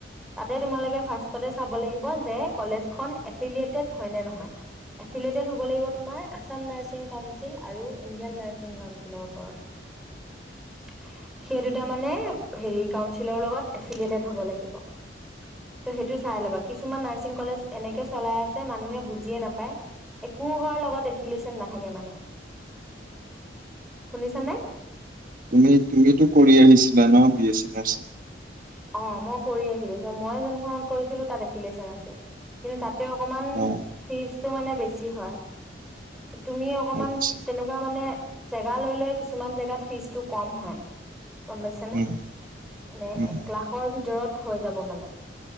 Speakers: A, in the centre; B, on the right.
A: তাতে তোমালোকে ফাৰ্ছটতে চাব লাগিব যে- কলেজ খন এফিলিয়টেড হয় নে নহয়, এফিলিয়টেড হব লাগিব তোমাৰ আসাম নাৰ্চিং কাউঞ্চিল আৰু ইণ্ডিয়ান নাৰিং কাউঞ্চিল। সেই দুটা মানে হেৰি কাউচিলৰ লগত এফিলিয়টেড হ'ব লাগিব, চ' সেইটো চাই ল'বা। কিছুমান নাৰছিং কলেজ এনেকে চলাই আছে মানুহে বুজিয়ে নাপায়, একো লগত এফিলচন নাথাকে মানে। শুনিছানে?
B: তুমি তুমিতো কৰি আহিছিলা ন বি এ চি নাৰ্ছ?
A: অ মই কৰি আহিলো। চ মই যোনখনত কৰিছিলো তাত এফিলচন আছে। কিন্তু তাত তে অকমান
B: অ
A: ফিজ টো মানে বেছি হয়। তুমি অকমান
B: আচ্ছা
A: তেনেকুৱা মানে জেগা লৈ লৈ কিছুমান জেগাত ফিজটো কম হয়। গম পাইছানে?
B: উম
A: মানে
B: উম
A: এক লাখৰ ভিতৰত হৈ যাব মানে।